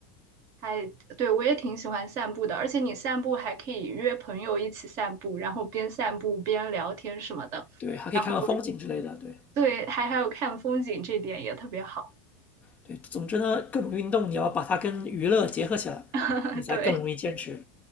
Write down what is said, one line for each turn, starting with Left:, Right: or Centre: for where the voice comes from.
Right: 还，对，我也挺喜欢散步的，而且你散步还可以约朋友一起散步，然后边散步边聊天什么的，
Left: 对，还可以看看风景之类的。
Right: 然后
Left: 对，
Right: 对，还还有看风景，这点也特别好。
Left: 对，总之呢，各种运动你要把它跟娱乐结合起来，
Right: <laughs>
Left: 你才更容易坚持。
Right: 对，